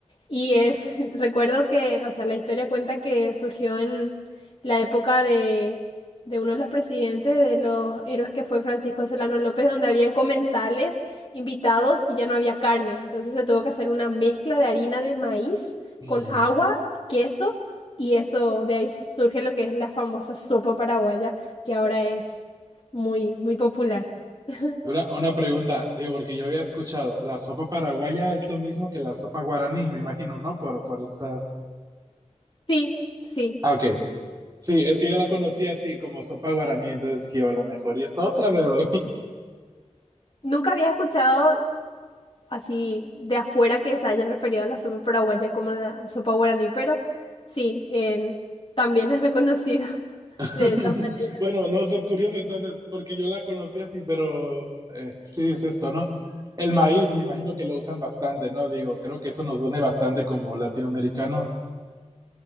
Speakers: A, on the left; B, on the right.
A: Y es, <laughs> recuerdo que, o sea, la historia cuenta que surgió en la época de, de uno de los presidentes, de los héroes que fue Francisco Solano López, donde habían comensales invitados y ya no había carne. Entonces se tuvo que hacer una mezcla de harina de maíz
B: Mm.
A: con agua, queso, y eso, de ahí surge lo que es la famosa sopa paraguaya, que ahora es muy, muy popular. <laughs>
B: Una, una pregunta, digo, porque yo había escuchado, la sopa paraguaya es lo mismo que la sopa guaraní, me imagino, ¿no? Por, por esta...
A: Sí, sí.
B: Ah, ok. Sí, es que yo la conocí así como sopa guaraní, entonces dije, a lo mejor y es otra, pero
A: Nunca había escuchado así de afuera que se hayan referido a la sopa paraguaya como la sopa guaraní, pero sí, en- también es reconocida <laughs>
B: <laughs>
A: de esa manera.
B: bueno, no sé, curioso entonces, porque yo la conocí así, pero eh, sí es esto, ¿no? El maíz, me imagino que lo usan bastante, ¿no? Digo, creo que
A: Sí.
B: eso nos une bastante como latinoamericanos.